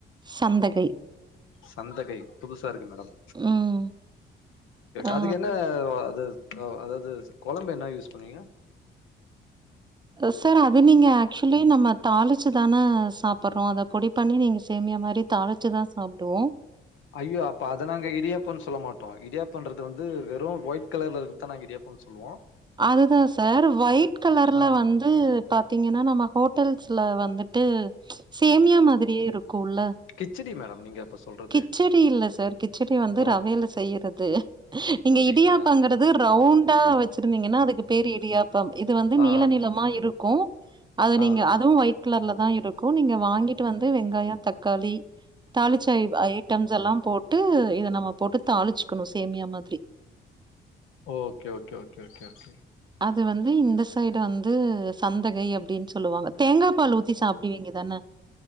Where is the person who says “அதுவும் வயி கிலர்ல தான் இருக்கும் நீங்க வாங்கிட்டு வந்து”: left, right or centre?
Right